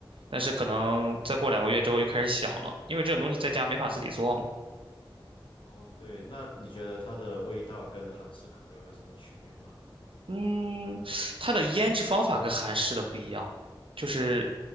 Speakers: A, on the right; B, on the left.
A: 但是可能再过两个月之后又开始想了，
B: 哦，是这样。
A: 因为这种东西在家没法自己做嘛。
B: 哦，对，那你觉得它的味道跟韩式烤肉有什么区别吗？
A: 嗯，它的腌制方法跟韩式的不一样，就是